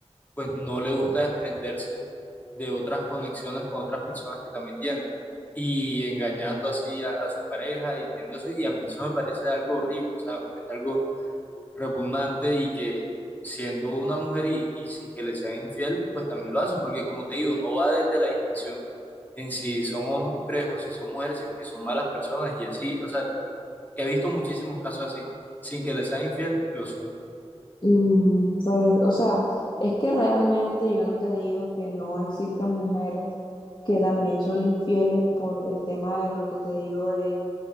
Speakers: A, on the left; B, on the left.
A: pues no le gusta desprenderse de otras conexiones con otras personas que también tiene y engañando así a, a su pareja y tiéndose, y a mí eso me parece algo horrible, o sea, me parece algo repugnante y que siendo una mujer y, y sin que le sea infiel, pues también lo hace, porque como te digo, no va desde la distinción en si son hombres o si son mujeres, sino que son malas personas y así, o sea, que he visto muchísimos casos así, sin que le sea infiel, lo son.
B: Mm, pues, o sea, es que realmente yo no te digo que no existen mujeres que también son infieles por el tema de lo que te digo de,